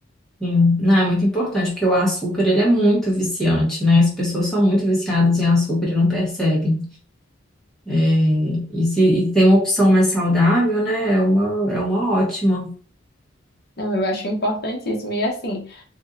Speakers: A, in the centre; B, on the left.
A: Sim. Não, é muito importante, porque o açúcar, ele é muito viciante, né? As pessoas são muito viciadas em açúcar e não percebem. É, e se e tem uma opção mais saudável, né? É uma, é uma ótima.
B: Não, eu acho importantíssimo. E assim,